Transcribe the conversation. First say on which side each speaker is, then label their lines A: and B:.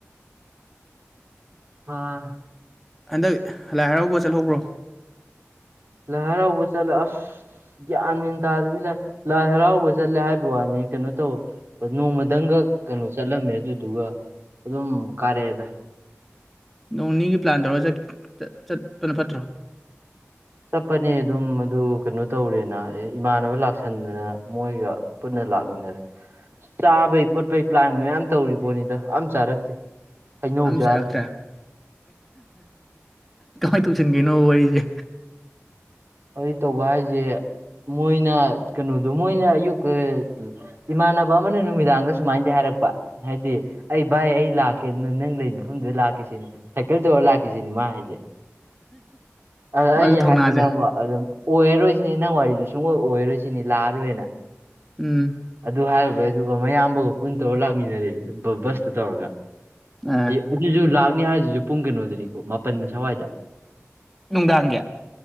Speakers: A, on the right; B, in the centre.
A: ꯍꯥ
B: ꯍꯟꯗꯛ ꯂꯥꯏ ꯍꯔꯥꯎꯕ ꯆꯠꯍꯧꯕ꯭ꯔꯣ
A: ꯂꯥꯏ ꯍꯔꯥꯎꯕ ꯆꯠꯂꯦ ꯑꯁ ꯒ꯭ꯌꯥꯟ ꯃꯦꯟ ꯇꯥꯗꯕꯤ ꯂꯥꯏ ꯂꯥꯏ ꯍꯔꯥꯎꯕ ꯆꯠꯂꯦ ꯍꯥꯏꯕ ꯋꯥꯅꯤ ꯀꯩꯅꯣ ꯇꯧ ꯅꯣꯡꯃꯗꯪꯒ ꯀꯩꯅꯣ ꯆꯠꯂꯝꯃꯦ ꯑꯗꯨꯗꯨꯒ ꯑꯗꯨꯝ ꯀꯥꯔꯛꯑꯦꯗ
B: ꯅꯣꯡ ꯅꯤꯒꯤ ꯄ꯭ꯂꯥꯟ ꯇꯧꯔꯒ ꯆꯠ ꯆꯠ ꯆꯠꯄꯅ ꯐꯠꯇ꯭ꯔꯣ
A: ꯆꯠꯄꯅꯦ ꯑꯗꯨꯝ ꯑꯗꯨ ꯀꯩꯅꯣ ꯇꯧꯔꯦꯅ ꯑꯦ ꯏꯃꯥꯟꯅꯕ ꯂꯥꯛꯁꯟꯗꯅ ꯃꯣꯏꯒ ꯄꯨꯟꯅ ꯂꯥꯛꯃꯤꯟꯅꯔꯦ ꯆꯥꯕꯩ ꯈꯣꯠꯄꯩ ꯄ꯭ꯂꯥꯟꯒ ꯃꯌꯥꯝ ꯇꯧꯔꯤꯄꯣꯠꯅꯤꯗ ꯑꯝ ꯆꯥꯔꯛꯇꯦ ꯍꯩꯅꯧ
B: ꯑꯝ
A: ꯆꯥꯔ
B: ꯆꯥꯔꯛꯇ꯭ꯔꯦ ꯀꯃꯥꯏꯅ ꯇꯧꯁꯟꯒꯩꯅꯣꯕ ꯋꯥꯔꯤꯖꯦ
A: ꯋꯥꯔꯤ ꯇꯧꯕ ꯍꯥꯏꯖꯦ ꯃꯣꯏꯅ ꯀꯩꯅꯣꯗꯣ ꯃꯣꯏꯅ ꯑꯌꯨꯛ <unintelligible> ꯏꯃꯥꯟꯅꯕ ꯑꯃꯅ ꯅꯨꯃꯤꯗꯥꯡꯗ ꯁꯨꯃꯥꯏꯅꯗꯤ ꯍꯥꯏꯔꯛꯄ ꯍꯥꯏꯗꯤ ꯑꯩ ꯚꯥꯏ ꯑꯩ ꯂꯥꯛꯀꯦ ꯅ ꯅꯪ ꯂꯩ ꯃꯐꯝꯗꯨꯗ ꯂꯥꯛꯀꯦ ꯁꯤꯅꯤ ꯁꯥꯏꯀꯜ ꯇꯧꯔ ꯂꯥꯛꯀꯦ ꯁꯤꯅꯤ ꯃꯥ ꯍꯥꯏꯖꯦ ꯑꯗ
B: ꯃꯥꯁꯨ
A: ꯑꯩꯅ
B: ꯊꯧꯅꯥꯁꯦ
A: ꯍꯥꯏꯖꯤꯅ ꯑꯃꯨꯛ ꯑꯗꯨꯝ ꯑꯣꯏꯔꯔꯣꯏ ꯁꯤꯅꯤ ꯅꯪ ꯋꯥꯔꯤꯗꯨ ꯁꯨꯡꯑꯣꯏ ꯑꯣꯏꯔꯔꯣꯏ ꯁꯤꯅꯤ ꯂꯥꯛꯑꯔꯣꯏꯅ
B: ꯎꯝ
A: ꯑꯗꯨ ꯍꯥꯏꯔꯨꯕꯩ ꯑꯗꯨꯒ ꯃꯌꯥꯝꯕꯒ ꯄꯨꯟ ꯇꯧꯔ ꯂꯥꯛꯃꯤꯟꯅꯔꯦ ꯕ ꯕꯁꯇ ꯇꯧꯔꯒ
B: ꯑꯥ
A: ꯑꯌ ꯑꯗꯨꯖꯨ ꯂꯥꯛꯅꯤ ꯍꯥꯏꯖꯤꯁꯨ ꯄꯨꯡ ꯀꯩꯅꯣꯗꯅꯤꯀꯣ ꯃꯥꯄꯟ ꯁꯋꯥꯏꯗ
B: ꯅꯨꯡꯗꯥꯡꯒꯤ